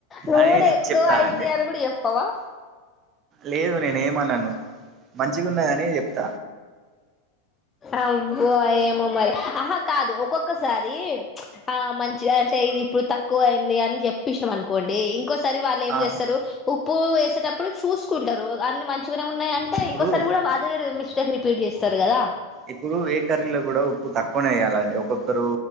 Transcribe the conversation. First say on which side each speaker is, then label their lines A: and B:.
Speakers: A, on the left; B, on the right.
A: నూనె
B: అని
A: ఎక్కువ
B: చెప్తానండి
A: అయింది అని కూడా చెప్పవా
B: లేదు నేనే ఏమనను మంచిగా ఉన్నాదానే చెప్త
A: అబ్బో ఏమో మరి ఆహా కాదు ఒక్కొక్కసారి ఆ మంచి అంటే ఇది ఇప్పుడు తక్కువ అయింది అని చెప్పేసిము అనుకోండి ఓకోసారి వాళ్ళు ఏం
B: ఆ
A: చేస్తారు ఉప్పు వేసేటప్పుడు చూసుకుంటారు అన్ని మంచి ఉన్నాయి అంటే
B: ఇప్పుడు
A: ఇంకోసారి కూడ అదే మిస్టేక్ రిపీట్ చేస్తారు కదా
B: ఇప్పుడు ఏ కరీలో కూడఉప్పు తక్కువనే వేయ్యాలండి ఒక్కొక్కరు